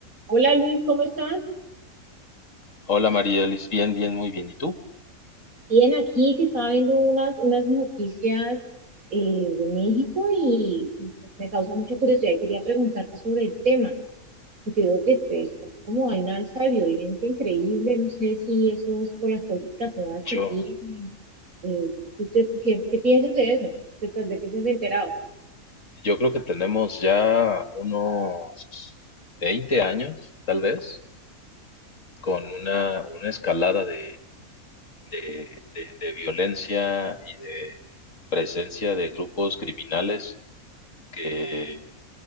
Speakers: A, on the right; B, on the left.
A: Hola Luis, ¿cómo estás?
B: Hola María Elis, bien, bien, muy bien. ¿Y tú?
A: Bien, aquí que estaba viendo unas, unas noticias eh, de México y, y, pues, me causa mucha curiosidad y quería preguntarte sobre el tema, porque veo que este, está como hay una alza de violencia increíble, no sé si eso es por las políticas nuevas
B: Yo,
A: que tienen. Eh, ¿tú qué, qué- qué piensas de eso? ¿De, de qué se has enterado?
B: yo creo que tenemos ya unos 20 años, tal vez, con una, una escalada de, de- de- de violencia y de presencia de grupos criminales que,